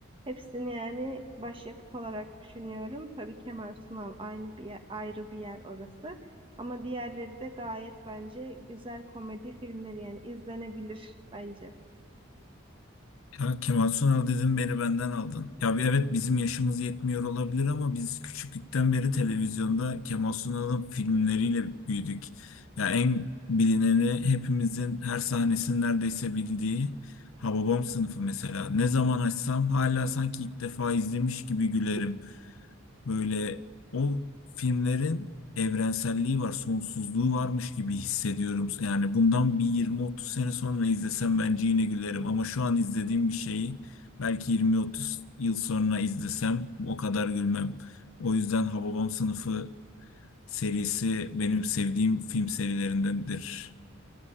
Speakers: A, on the right (about 25°); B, on the left (about 80°).
A: Hepsini yani başyapıt olarak düşünüyorum. Tabii Kemal Sunal aynı bir yer- ayrı bir yer orası. Ama diğerleri de gayet bence güzel komedi filmleri yani izlenebilir bence.
B: Ya Kemal Sunal dedim beni benden aldın. Ya bir evet bizim yaşımız yetmiyor olabilir ama biz küçüklükten beri televizyonda Kemal Sunal'ın filmleriyle büyüdük. Ya en bilineni hepimizin her sahnesini neredeyse bildiği Hababam sınıfı mesela. Ne zaman açsam hala sanki ilk defa izlemiş gibi gülerim. Böyle o filmlerin evrenselliği var, sonsuzluğu varmış gibi hissediyorum. Yani bundan bir 20-30 sene sonra izlesem bence yine gülerim. Ama şu an izlediğim bir şeyi belki 20-30 yıl sonra izlesem o kadar gülmem. O yüzden Hababam Sınıfı serisi benim sevdiğim film serilerindendir.